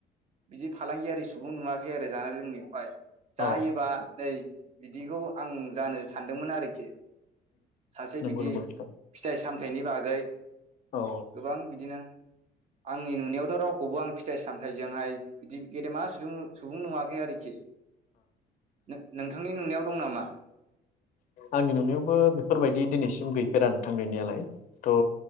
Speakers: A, on the right (about 40°); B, on the left (about 50°).
A: बिदि फालांगियारि सुबुं नुवाखै आरो जानाय लोंनायावहाय जायोबा
B: औ
A: नै बिदिखौ आं जानो सानदोंमोन आरोखि सासे
B: नंगौ
A: बिदि
B: नंगौ नोंथां
A: फिथाइ सामथाइनि बागै
B: औ
A: गोबां बिदिनो आंनि नुनायावथ' राव खौबो आं फिथाइ सामथाइजोंहाय बिदि गेदेमा सुदुं सुबुं नुवाखै आरोखि नो नोंथांनि नुनायाव दं नामा?
B: आंनि नुनायावबो बेफोरबायदि दिनैसिम गैफेरा नोंथां गैनायालाय थ'